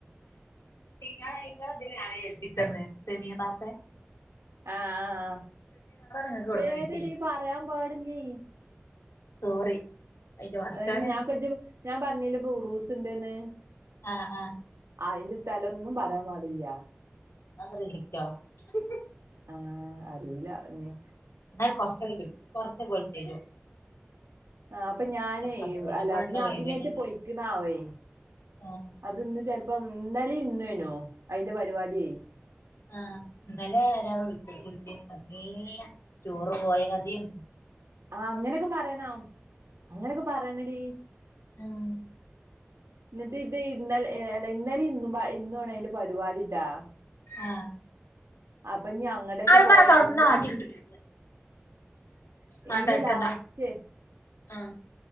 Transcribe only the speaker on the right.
ആഹ് ആഹ്
പേരിടി
പറയാൻ പാടില്ലേയ്
അയ്ന് ഞാപ്പജ്ജ് ഞാൻ പറഞ്ഞില്ല ബുറൂസ് ഉണ്ട്ന്ന്
അതിന്റെ സ്ഥലൊന്നും പറയാൻ പാടില്ല
ആഹ് അറിയൂല്ല ഞ്ഞ്
ആ അപ്പൊ ഞാനേ
അല്ല
ഞ് അതിനേറ്റ്
പൊയ്ക്ക്ണാവേ
അത് ഇന്ന് ചെൽപം ഇന്നലെ ഇന്ന്വേനൂ അയിന്റെ പരിപാട്യേ
ആ അങ്ങനെ ഒക്കെ പറേണം അങ്ങനൊക്കെ പറേണടീ
ഇന്നിട്ട് ഇതേയ് ഇന്നൽ ഏ ഇന്നലിറ ഇന്നുംപാ ഇന്നുമാണ് അയിന്റെ പരിപാടിട്ടാ
അപ് പ്പ ഞങ്ങടത്
പോയാ
ഒന്ന് ലാ
<inaudible>
ഇന്ന്
ലാസ്റ്റ്